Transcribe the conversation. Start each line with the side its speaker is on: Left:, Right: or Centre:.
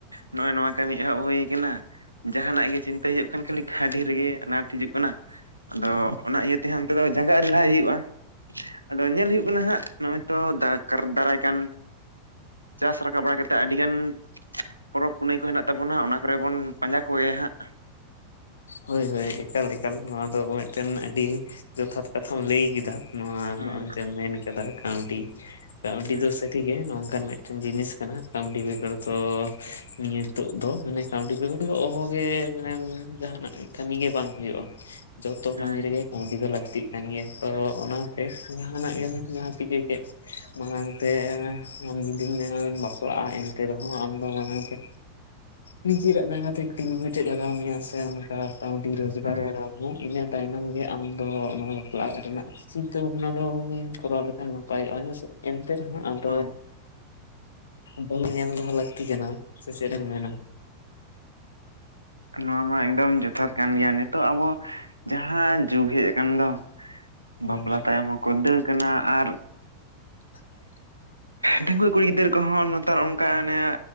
Right: ᱱᱚᱜᱼᱚᱭ ᱱᱚᱣᱟ ᱠᱟᱹᱢᱤ ᱮᱦᱚᱵ ᱦᱩᱭ ᱠᱟᱱᱟ ᱾ ᱡᱟᱦᱟᱸᱱᱟᱜ ᱜᱮ ᱪᱤᱱᱛᱟᱹ ᱦᱩᱭᱩᱜ ᱠᱷᱟᱱ ᱠᱷᱟᱹᱞᱤ ᱠᱷᱟᱹᱣᱰᱤ ᱨᱮᱜᱮ ᱟᱱᱟᱴ ᱦᱤᱡᱩᱜ ᱠᱟᱱᱟ ᱾ ᱟᱫᱚ ᱚᱱᱟ ᱤᱭᱟᱹ ᱛᱮ ᱚᱱᱛᱮ ᱫᱚ ᱡᱟᱸᱜᱟ ᱟᱹᱣᱨᱤ ᱞᱟᱦᱟᱭ ᱦᱩᱭᱩᱜᱼᱟ ᱾ ᱟᱫᱚ ᱧᱮᱞ ᱦᱩᱭᱩᱜ ᱠᱟᱱᱟ ᱦᱟᱸᱜ ᱱᱚᱜᱼᱚᱭ ᱛᱚ ᱟᱨ ᱫᱟᱨᱟᱭ ᱠᱟᱱ, ᱪᱟᱥ ᱨᱟᱠᱟᱵ ᱵᱟᱲᱟ ᱠᱟᱛᱮ ᱟᱹᱰᱤ ᱜᱟᱱ ᱯᱚᱨᱚᱵᱽ ᱯᱩᱱᱟᱹᱭ ᱠᱚ ᱦᱮᱱᱟᱜ ᱛᱟᱵᱚᱱᱟ ᱚᱱᱟ ᱠᱚᱨᱮ ᱵᱚᱱ ᱯᱟᱸᱡᱟ ᱠᱚᱜᱮᱭᱟ ᱦᱟᱸᱜ ᱾
Left: ᱦᱳᱭ ᱦᱳᱭ ᱮᱠᱟᱞ ᱮᱠᱟᱞ ᱱᱚᱣᱟ ᱫᱚ ᱢᱤᱫᱴᱮᱱ ᱟᱹᱰᱤ ᱡᱚᱛᱷᱟᱛ ᱠᱟᱛᱷᱟᱢ ᱞᱟᱹᱭ ᱠᱮᱫᱟ ᱾ ᱱᱚᱣᱟ
Right: ᱦᱟᱸᱜ
Left: ᱱᱚᱜᱼᱚᱭ ᱡᱮᱢ ᱢᱮᱱ ᱠᱮᱫᱟ ᱠᱟᱺᱣᱰᱤ ᱠᱟᱺᱣᱰᱤ
Right: ᱦᱳᱭ
Left: ᱫᱚ ᱥᱮ ᱛᱤ ᱜᱮ ᱱᱚᱝᱠᱟᱱ ᱢᱤᱫᱴᱮᱱ ᱡᱤᱱᱤᱥ ᱠᱟᱱᱟ ᱠᱟᱹᱣᱰᱤ ᱵᱮᱜᱚᱨ ᱫᱚ ᱱᱤᱛᱚᱜ ᱫᱚ ᱢᱟᱱᱮ ᱠᱟᱺᱣᱰᱤ ᱵᱮᱜᱚᱨ ᱫᱚ ᱚᱦᱚᱜᱮ ᱢᱟᱱᱮᱢ ᱡᱟᱦᱱᱟᱜ ᱠᱟᱹᱢᱤ ᱜᱮ ᱵᱟᱝ ᱦᱩᱭᱩᱜᱼᱟ ᱡᱚᱛᱚ ᱠᱟᱹᱢᱤ
Right: ᱦᱳᱭ
Left: ᱨᱮᱜᱮ ᱣᱰᱤ ᱫᱚ ᱞᱟᱹᱠᱛᱤᱜ ᱠᱟᱱ ᱜᱮᱭᱟ ᱛᱚ ᱚᱱᱟᱛᱮ ᱡᱟᱦᱱᱟᱜ ᱜᱮᱢ ᱡᱟᱦᱟᱸ ᱪᱤᱠᱟᱹ ᱠᱮᱫ ᱢᱟᱲᱟᱝ ᱛᱮ ᱟᱢ ᱡᱩᱫᱤᱢ ᱢᱮᱱᱟ ᱵᱟᱯᱞᱟᱜᱼᱟ, ᱮᱱᱛᱮ ᱨᱮᱦᱚᱸ ᱟᱢ ᱫᱚ ᱢᱟᱲᱟᱝ ᱛᱮ ᱱᱤᱡᱮᱨᱟᱜ ᱡᱟᱸᱜᱟᱛᱮ ᱛᱤᱸᱜᱩ ᱠᱮᱴᱮᱡ ᱞᱟᱜᱟᱣ ᱢᱮᱭᱟ, ᱥᱮ ᱚᱱᱠᱟ ᱠᱟᱹᱣᱰᱤ ᱨᱳᱡᱽᱜᱟᱨ
Right: ᱦᱳᱭ
Left: ᱞᱟᱜᱟᱣ ᱢᱮᱭᱟ ᱤᱱᱟᱹ ᱛᱟᱭᱱᱚᱢ ᱜᱮ ᱟᱢᱫᱚ ᱱᱚᱣᱟ ᱵᱟᱯᱞᱟᱜ ᱨᱮᱱᱟᱜ ᱪᱤᱱᱛᱟᱹ ᱵᱷᱟᱵᱱᱟ ᱫᱚ ᱵᱚᱱ ᱠᱚᱨᱟᱣ ᱞᱮᱠᱷᱟᱱ ᱱᱟᱯᱟᱭᱚᱜᱼᱟ ᱦᱮᱸᱥᱮ ᱮᱱᱛᱮ ᱨᱮᱦᱚᱸ ᱟᱫᱚ
Right: ᱦᱳᱭ
Left: ᱵᱟᱹᱦᱩ ᱧᱮᱞ ᱫᱚᱦᱚ ᱞᱟᱹᱠᱛᱤ ᱠᱟᱱᱟ ᱥᱮ ᱪᱮᱫ ᱮᱢ ᱢᱮᱱᱟ?
Right: ᱱᱚᱣᱟ ᱢᱟ ᱮᱫᱚᱢ ᱡᱚᱛᱷᱟᱛ ᱠᱟᱱ ᱜᱮᱭᱟ ᱱᱤᱛᱚᱜ ᱟᱵᱚ ᱡᱟᱦᱟᱸ ᱡᱩᱜᱽ ᱦᱮᱡ ᱟᱠᱟᱱ ᱫᱚ
Left: ᱦᱩᱸ
Right: ᱵᱟᱯᱞᱟ ᱛᱟᱭᱚᱢ ᱦᱚᱸᱠᱚ ᱫᱟᱹᱲ ᱠᱟᱱᱟ ᱟᱨ
Left: <inaudible>
Right: ᱰᱟᱺᱜᱩᱣᱟᱹ ᱠᱩᱲᱤ ᱜᱤᱫᱽᱟᱹᱨ ᱠᱚᱦᱚᱸ ᱱᱮᱛᱟᱨ ᱚᱱᱠᱟ ᱚᱱᱮ